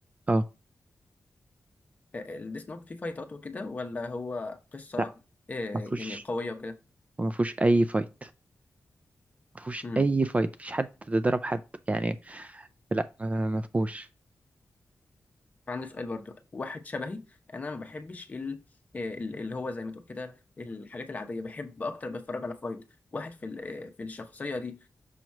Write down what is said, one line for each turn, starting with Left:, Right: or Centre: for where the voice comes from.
Right: اه
Left: آه، آه، الديس نوت فيه فايتات وكده ولا هو قصة
Right: لا
Left: آه،
Right: ما فيهوش
Left: يعني قوية
Right: ما فيهوش أي فايت ما فيهوش
Left: وكده
Right: أي فايت مفيش حد ضرب حد يعني لا آه، ما فيهوش
Left: عندي سؤال برضو واحد شبهي انا ما بحبش ال... ال- اللي هو زي ما تقول كده الحاجات العاديه بحب اكتر بتفرج على فايت واحد في ال... في الشخصيه دي